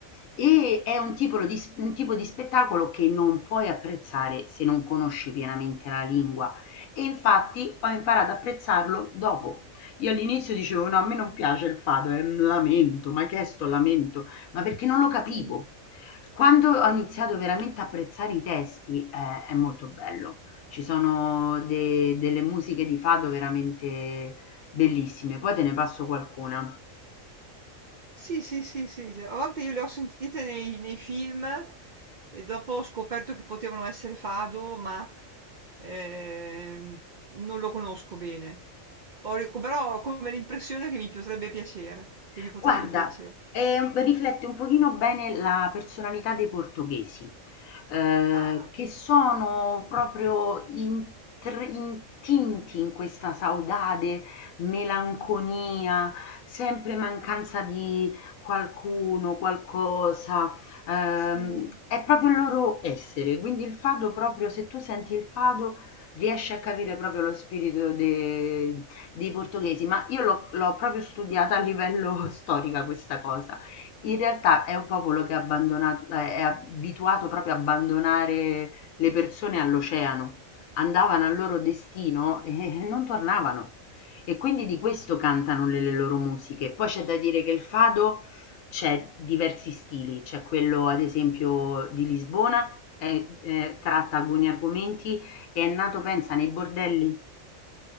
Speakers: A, on the left; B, on the right.
A: e è un tipo di, un tipo di spettacolo che non puoi apprezzare se non conosci pienamente la lingua e infatti ho imparato ad apprezzarlo dopo. Io all'inizio dicevo no, a me non piace il fado, è un lamento, ma che è sto lamento? Ma perché non lo capivo.
B: sì.
A: Quando ho iniziato veramente a apprezzare i testi, eh, è molto bello. Ci sono de delle musiche di fado veramente bellissime. Poi te ne passo qualcuna.
B: Sì, sì, sì, sì, sì. a volte io le ho sentite nei, nei film e dopo ho scoperto che potevano essere Fado, ma ehm, non lo conosco bene. Poi, co- però ho come l'impressione che mi potrebbe piacere, che mi potrebbe
A: Guarda,
B: piacere.
A: ehm, riflette un pochino bene la personalità dei portoghesi, ehm,
B: Ah,
A: che sono proprio intr intinti in questa saudade, melanconia, sempre mancanza di qualcuno, qualcosa, ehm,
B: sì,
A: è proprio il loro essere. Quindi il fado proprio se tu senti il fado riesci a capire proprio lo spirito de dei portoghesi, ma io l'ho, l'ho proprio studiata a livello <laughs> storica questa cosa. In realtà è un popolo che è abbandonato, eh, è abituato proprio a abbandonare le persone all'oceano. Andavano al loro destino e non tornavano. E quindi di questo cantano le, le loro musiche. Poi c'è da dire che il fado c'è diversi stili, c'è quello ad esempio di Lisbona, eh, eh, tratta alcuni argomenti e è nato pensa nei bordelli.